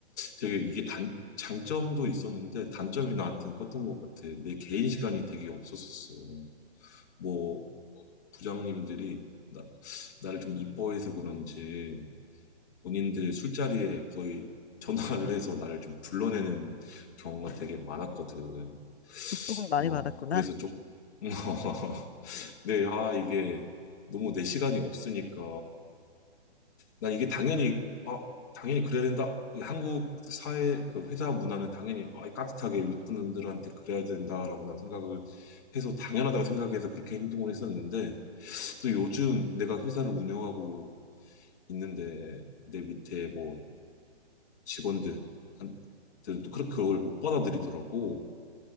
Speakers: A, on the left; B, on the left.
A: 되게 이게 단, 장점도 있었는데 단점이 나한테는 컸던 것 같아. 내 개인 시간이 되게 없었었어. 뭐 어, 부장님들이 나, 나를 좀 이뻐해서 그런지 본인들 술자리에 거의 전화를 해서 나를 좀 불러내는 경우가 되게 많았거든.
B: 조금 많이
A: 어,
B: 받았구나.
A: 그래서 조금, <laughs> 네, 아, 이게 너무 내 시간이 없으니까 난 이게 당연히, 아, 당연히 그래야 된다. 이 한국 사회, 그 회사 문화는 당연히 아, 깍듯하게 윗분들한테 그래야 된다라고 난 생각을 해서 당연하다고 생각해서 그렇게 행동을 했었는데, 또 요즘 내가 회사를 운영하고 있는데, 내 밑에 뭐 직원들한테는 또 그렇게 그걸 못 받아들이더라고.